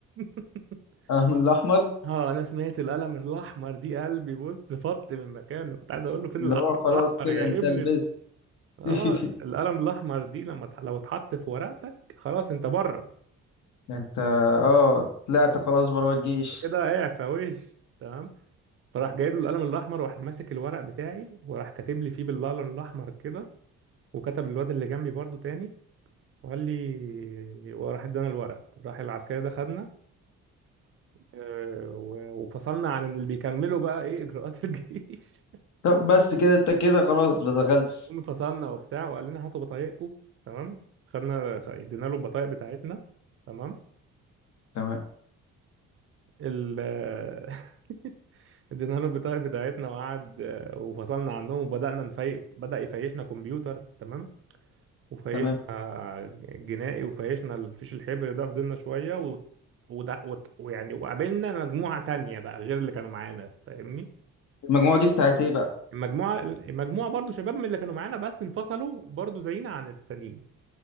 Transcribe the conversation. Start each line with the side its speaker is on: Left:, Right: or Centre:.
Right: <laughs>
Left: اهم الاحمر
Right: اه انا سمعت القلم الاحمر دي قلبي بص فط من مكانه كنت عايز اقول له فين
Left: اللي
Right: القلم
Left: هو خلاص
Right: الاحمر
Left: كده
Right: يا
Left: انت
Right: ابني
Left: لبست
Right: اه
Left: <laughs>
Right: القلم الاحمر دي لما اتح- لو اتحط في ورقتك خلاص انت بره
Left: انت اه طلعت خلاص بره الجيش
Right: كده اعفى وش تمام فراح جايب له القلم الاحمر وراح ماسك الورق بتاعي وراح كاتب لي فيه بالقلم الاحمر كده وكتب الواد اللي جنبي برضو تاني وقال لي وراح ادانا الورق راح العسكري ده خدنا آه، و- وفصلنا عن اللي بيكملوا بقى ايه اجراءات <laughs> الجيش
Left: طب بس كده انت كده خلاص ما دخلتش
Right: المهم فصلنا وبتاع وقال لنا هاتوا بطايقكم تمام خدنا خ- ادينا له البطايق بتاعتنا تمام
Left: تمام
Right: ال <laughs> ادينا له البطاقة بتاعتنا وقعد آه، وفصلنا عنهم وبدأنا نفي... بدأ يفيشنا كمبيوتر تمام وفيشنا
Left: تمام
Right: جنائي وفيشنا الفيش الحبر ده فضلنا شوية و... وده وت... ويعني وقابلنا مجموعة تانية بقى غير اللي كانوا معانا فاهمني
Left: المجموعة دي بتاعت ايه بقى
Right: المجموعة المجموعة برضو شباب من اللي كانوا معانا بس انفصلوا برضو زينا عن التانيين